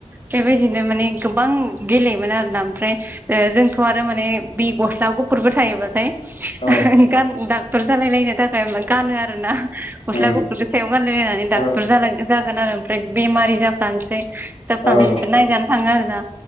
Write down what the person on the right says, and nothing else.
बेबायदिनो माने गोबां गेलेयोमोन आरोना ओमफ्राय ओ जोंथ' आरो माने बि गस्ला गुफुरबो थायोबाथाय
गान डाक्टर जालायलायनो थाखाय गानो आरोना।
गस्ला गुफुरखो सायाव गानलायलायनानै डाक्टर
जानां-जागोन आरो ओमफ्राय बेमारि जाफ्लानसै। जाफ्लानायनिफ्राय
नायजानो थाङो आरोना।